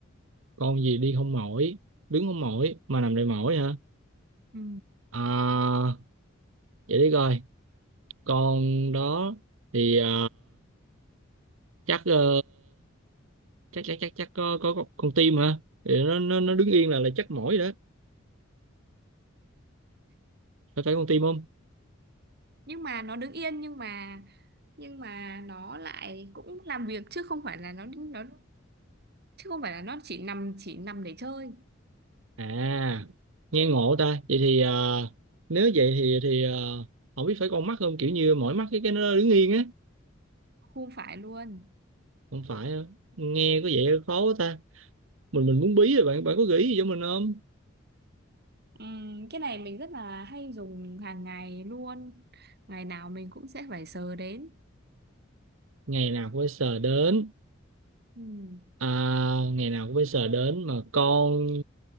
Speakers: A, on the right; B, on the right.
A: con gì đi không mỏi đứng không mỏi mà nằm đầy mỏi hả
B: Ừ.
A: à, vậy đi coi con đó thì à, chắc ờ, chắc chắc chắc chắc có có, có con tim hả thì nó nó nó đứng yên là là chắc mỏi rồi đó phải phải con tim không
B: Nhưng mà nó đứng yên nhưng mà nhưng mà nó lại cũng làm việc chứ không phải là nó nó chứ không phải là nó chỉ nằm chỉ nằm để chơi
A: à nghe ngộ ta vậy thì à, nếu vậy thì thì à, không biết phải con mắt không kiểu như mỏi mắt cái cái nó đứng yên á
B: không phải luôn
A: không phải hả? nghe có vẻ khó quá ta mình mình muốn bí rồi bạn bạn có gợi ý gì cho mình không
B: Ừm, cái này mình rất là hay dùng hàng ngày luôn ngày nào mình cũng sẽ phải sờ đến
A: ngày nào cũng phải sờ đến
B: Ừm.
A: À, ngày nào cũng phải sờ đến mà con